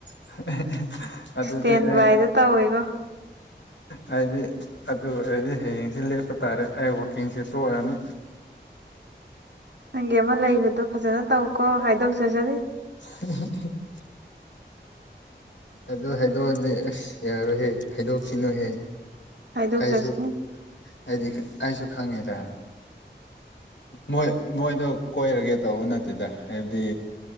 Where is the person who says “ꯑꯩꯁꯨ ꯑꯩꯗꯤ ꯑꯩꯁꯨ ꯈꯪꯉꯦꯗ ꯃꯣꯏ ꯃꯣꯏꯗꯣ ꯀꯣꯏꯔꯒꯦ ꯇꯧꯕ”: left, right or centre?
Left